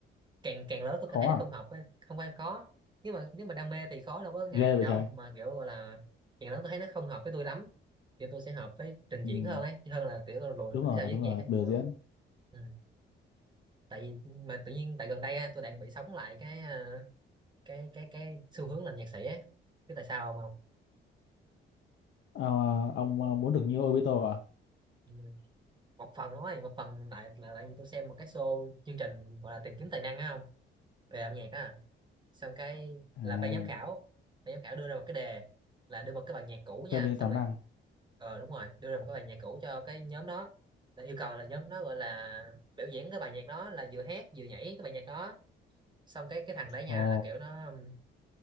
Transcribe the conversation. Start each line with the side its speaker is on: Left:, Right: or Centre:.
Right: càng càng lớn tôi
Left: khó
Right: càng thấy nó
Left: à
Right: không học ấy, không phải khó nếu mà nếu mà đam mê thì khó đâu có ngại
Left: ghê
Right: gì
Left: vậy
Right: đâu
Left: trời
Right: mà kiểu gọi là càng lớn tôi thấy nó không hợp với tôi lắm kiểu tôi sẽ hợp với trình
Left: ừ.
Right: diễn hơn ấy chứ hơn là kiểu là lùi
Left: đúng
Right: về
Left: rồi
Right: phía sau viết
Left: đúng
Right: nhạc
Left: rồi
Right: ấy
Left: biểu
Right: ừ.
Left: diễn
Right: Ừ. tại vì mà tự nhiên tại gần đây á, tôi đang bị sống lại cái à, cái cái cái xu hướng làm nhạc sĩ ấy biết tại sao không không
Left: à, ông ờ, muốn được như Obito à
Right: Ừ, một phần thôi một phần tại là tại vì tôi xem một cái show chương trình gọi là tìm kiếm tài năng á không về âm nhạc á xong cái
Left: à
Right: là ban giám khảo ban giám khảo đưa ra một cái đề là đưa một cái bài nhạc cũ
Left: phê
Right: nha
Left: bình
Right: xong
Left: toàn
Right: rồi
Left: năng
Right: ờ đúng rồi đưa ra một cái bài nhạc cũ cho cái nhóm đó là yêu cầu là nhóm đó gọi là biểu diễn cái bài nhạc đó là vừa hát vừa nhảy cái bài nhạc đó xong cái cái thằng đấy nha
Left: ồ
Right: là kiểu nó